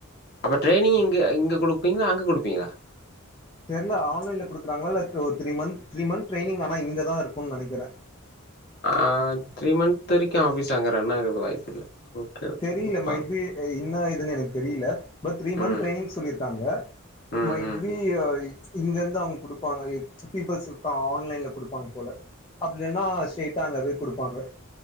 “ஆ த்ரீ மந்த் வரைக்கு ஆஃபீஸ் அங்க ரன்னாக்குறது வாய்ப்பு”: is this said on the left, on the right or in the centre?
Left